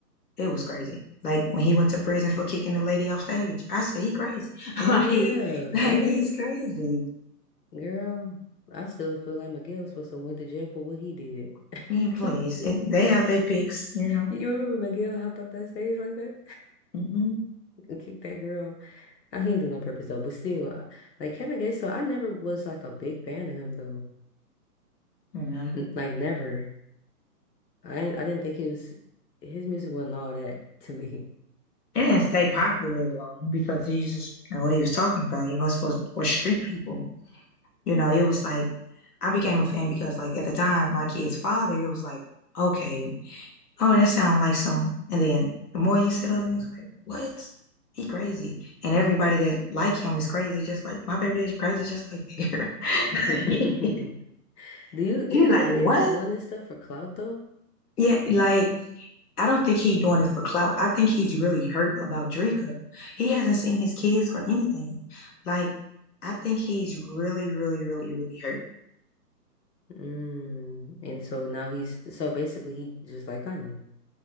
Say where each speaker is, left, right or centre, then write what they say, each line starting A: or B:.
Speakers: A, on the left; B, on the left.
A: it was crazy. Like when he went to prison for kicking the lady off stage, I said he crazy. <laughs>
B: Oh
A: like
B: yeah,
A: like
B: right?
A: he's crazy.
B: Girl, I still feel like Miguel was supposed to went to jail for what he did.
A: Yeah, please.
B: <laughs>
A: It, they have their picks, you know.
B: You remember Miguel hopped off that stage like that
A: Mm-hmm.
B: <laughs> and kicked that girl? I he didn't do it on purpose though, but still, I- like Kevin Gates, so I never was like a big fan of him though.
A: Yeah.
B: N like never. I ain't, I didn't think he was his music wasn't all that to me.
A: It didn't stay popular long because he's just you know, what he was talking about. You know, it's for for street people. You know, it was like I became a fan because like at the time my kid's father, it was like, okay, oh, that sounds like some and then the more you sit up and it's like, what? He crazy. And everybody that like him is crazy, just like my baby daddy crazy just like that girl.
B: <laughs>
A: <laughs>
B: Do you do
A: He
B: you
A: like,
B: think
A: what?
B: they be doing this stuff for clout though?
A: Yeah, like I don't think he doing it for clout. I think he's really hurt about Drika. He hasn't seen his kids or anything. Like, I think he's really, really, really, really hurt.
B: Mm. And so now he's so basically he just like Kanye.